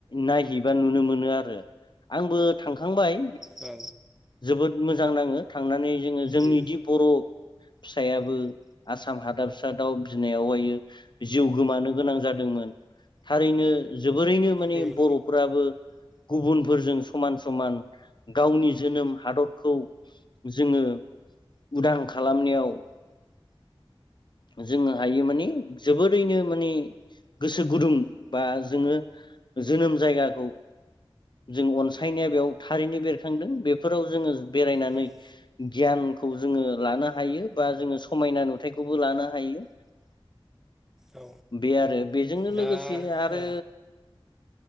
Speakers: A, on the left; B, in the centre.
A: नायहैबा नुनो मोनो आरो आंबो थां खांबाय
B: औ।
A: जोबोद मोजां नाङो थांनानै जोङो जोंनि
B: उम
A: दि बर' फिसायाबो आसाम हादाबसा दाउ बिनायावहायो जिउ गोमानो गोनां जादोंमोन थारैनो। जोबोरैनो माने
B: उम
A: बर'फोराबो गुबुनफोरजों समान समान गावनि जोनोम हादरखौ जोङो उदां खालामनायाव जोङो हायो माने जोबोरैनो माने गोसो गुदुं बा जोङो जोनोम जायगाखौ जों अन सायनाया बेयाव थारैनो बेरखांदों। बेफोराव जोङो बेरायनानै
B: उम
A: गियानखौ जोङो लानो हायो बा जोङो समायना नुथायखौबो लानो हायो।
B: औ
A: बे आरो बेजोंनो
B: दा
A: लोगोसे आरो
B: ओ